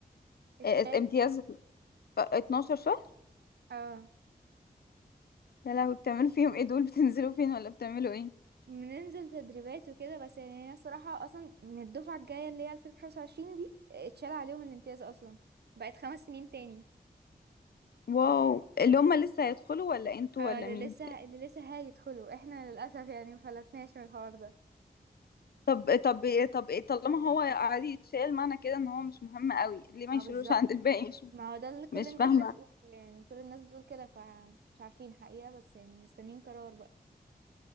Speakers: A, on the right; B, on the left.
A: اتشال
B: اه، اه، امتياز اه، 12 شهر
A: اه
B: يا لهوي بتعملوا فيهم ايه دول <laughs> بتنزلوا فين ولا بتعملوا ايه
A: بننزل تدريبات وكده بس يعني انا الصراحة اصلا من الدفعة الجاية اللي هي 2025 دي آه، اتشال عليهم الامتياز اصلا بقت خمس سنين تاني
B: واو اللي هم لسه هيدخلوا ولا انتوا
A: اه
B: ولا
A: اللي
B: مين
A: لسه اللي لسه هيدخلوا احنا للأسف يعني مفلتناش من الحوار ده
B: طب طب طب ايه طالما هو عادي يتشال معنى كده ان هو مش مهم قوي ليه
A: ما
B: ما يشيلوش
A: بالظبط
B: عند الباقي مش
A: ما هو ده اللي كل
B: مش
A: الناس
B: فاهمه
A: بتقوله يعني كل الناس بتقول كده فمش عارفين حقيقة بس يعني مستنيين قرار بقى